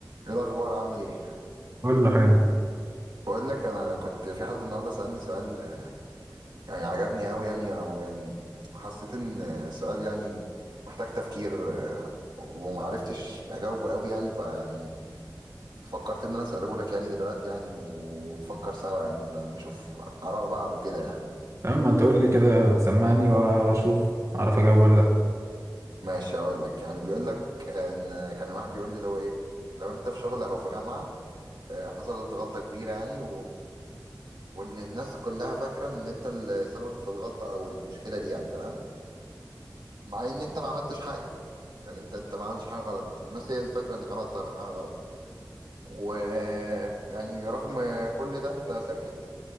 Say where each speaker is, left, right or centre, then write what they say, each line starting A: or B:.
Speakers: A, on the right; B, on the right.
A: ايه الاخبار عامل ايه
B: قول له حلو
A: بقول لك انا كنت في حد النهارده سالني سؤال آه، يعني عجبني قوي يعني او يعني حسيت ان آه، السؤال يعني محتاج تفكير آه، وما عرفتش اجاوبه قوي يعني فيعني فكرت ان انا اساله لك يعني دلوقتي يعني ونفكر سوا يعني انت نشوف اراء بعض وكده يعني
B: تمام ما تقول لي كده سمعني و- واشوف اعرف اجاوب ولا لا
A: ماشي هقول لك يعني بيقول لك آه، ان كان واحد بيقول لي اللي هو ايه لو انت في شغل او في جامعه آه، حصلت غلطه كبيره يعني وان الناس كلها فاكره ان انت السبب في الغلطه او المشكله دي يعني تمام مع ان انت ما عملتش حاجه يعني انت انت ما عملتش حاجه غلط الناس هي اللي فاكره انك عملت حاجه غلط و يعني رغم كل ده انت ساكت